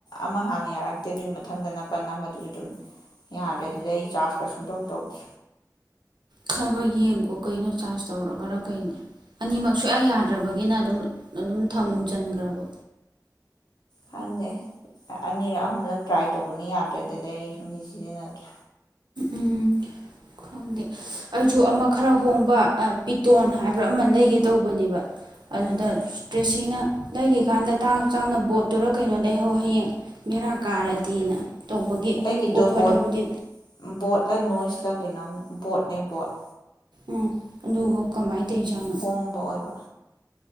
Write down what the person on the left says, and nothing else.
ꯑꯃ ꯍꯥꯟꯅ ꯌꯥꯔꯛꯇꯦ ꯑꯗꯨꯒꯤ ꯃꯊꯪꯗ ꯅꯥꯀꯟ ꯑꯃꯗꯨꯁꯨ ꯑꯗꯨꯝ ꯌꯥꯗ꯭ꯔꯦ ꯑꯗꯨꯗꯩ ꯑꯩ ꯆꯥꯔꯒ ꯁꯨꯡꯗꯧ ꯇꯧꯗꯦ
ꯈꯪꯗꯦ ꯑꯅꯤꯔꯛ ꯑꯍꯨꯝꯂꯛ ꯇ꯭ꯔꯥꯏ ꯇꯧꯕꯅꯤ ꯌꯥꯗ꯭ꯔꯦ ꯑꯗꯨꯗꯩ ꯑꯩ ꯁꯨꯡꯁꯤ ꯁꯤꯖꯤꯟꯅꯗ꯭ꯔꯦ
ꯎꯝ
ꯑꯩꯒꯤꯗꯣ ꯕꯣꯠ ꯕꯣꯠꯂ ꯅꯣꯏꯁꯂ ꯀꯩꯅꯣ ꯕꯣꯠꯅꯦ ꯕꯣꯠ
ꯣꯡꯕ ꯑꯣꯏꯕ